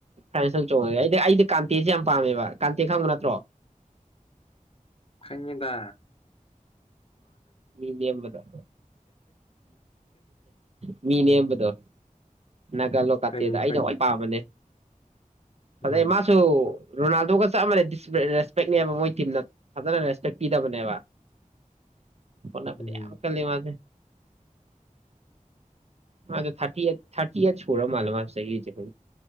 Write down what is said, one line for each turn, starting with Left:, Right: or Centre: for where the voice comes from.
Right: ꯐ ꯣꯡꯉꯦ ꯑꯩꯗꯤ ꯑꯩꯗꯤ ꯀꯥꯟꯇꯦꯁ ꯌꯥꯝ ꯄꯥꯝꯃꯦꯕ ꯀꯥꯟꯇꯦ ꯈꯪꯕ ꯅꯠꯇ꯭ꯔꯣ
Left: ꯍꯪꯉꯤꯗ
Right: ꯃꯤꯅꯦꯕꯗꯣ ꯃꯤꯅꯦꯕꯗꯣ ꯅꯥꯒꯜꯂꯣ ꯀꯥꯇꯦꯗ
Left: ꯈꯪꯉꯤ
Right: ꯑꯩꯩꯅ
Left: ꯈꯪꯉꯤ
Right: ꯍꯏ ꯄꯥꯝꯕꯅꯦ
Left: ꯎꯝ
Right: ꯑꯗꯩ ꯃꯥꯁꯨ ꯔꯣꯅꯥꯜꯗꯣꯒ ꯆꯞꯝꯃ ꯔꯦꯁꯄꯦꯛꯅꯦꯕ ꯃꯣꯏ ꯇꯤꯝꯅ ꯐꯖꯅ ꯔꯦꯁꯄꯦꯛ ꯄꯤ ꯕꯅꯦꯕ ꯐꯣꯕꯗꯤ
Left: ꯎꯝ
Right: ꯌꯥꯝ ꯀꯜꯉ ꯑ ꯑ ꯊꯥꯔꯇꯤ ꯊꯥꯔꯇꯤ ꯌꯥ ꯁꯣꯣꯔ ꯃꯥꯜ ꯃꯥ ꯆꯩꯌꯦꯦ